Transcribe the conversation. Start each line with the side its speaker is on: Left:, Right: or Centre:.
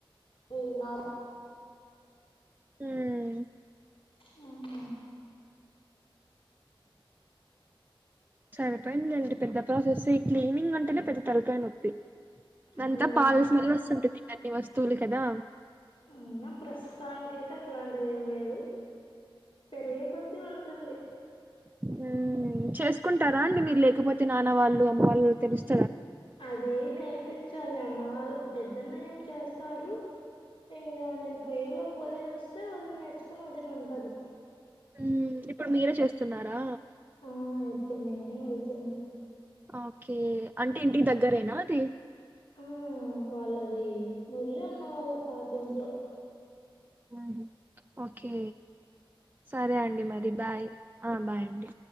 Left: యునార్
Right: హ్మ్
Left: మ్మ్ హ్మ్
Right: సరిపోయింది లేండి పెద్ద ప్రాసెస్ ఈ క్లీనింగ్ అంటేనే పెద్ద తలకాయి నొప్పి అంతా
Left: అదే
Right: పాల స్మెల్ వస్తుంటుది ఇంగ అన్ని వస్తువులు కదా
Left: ఇంగా ప్రస్తుతానికైతే అట్లాంటిది ఏం లేదు పెరిగే కొద్దీ ఉంటుంది
Right: మ్మ్ చేసుకుంటారా అండి మీరు లేకపోతే నాన్న వాళ్ళు అమ్మ వాళ్ళు తెలుస్
Left: అది నేర్పిచ్చాలి అన్నవాళ్ళు పెద్దన్నయ్య ఏం చేస్తాడు ఇంగా నేను పొయ్యే లోపు వదిన వస్తే వదిన నేర్చుకొని వదిన ఉంటది
Right: ఉమ్ ఇప్పుడు మీరే చేస్తున్నారా
Left: ఆ ఇప్పుడు నేనే వెళ్తున్నా
Right: ఓకే అంటే ఇంటికి దగ్గరేనా అది
Left: మ్మ్ వాళ్ళది మురళీ అన్న వాళ్ళ పాతింట్లో
Right: మ్ హ్మ్ ఓకే సరే అండి మరి బాయ్ ఆ బాయ్ అండి